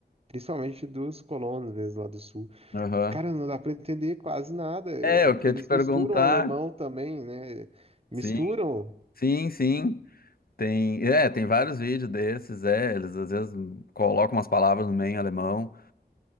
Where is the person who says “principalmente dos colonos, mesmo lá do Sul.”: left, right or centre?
Right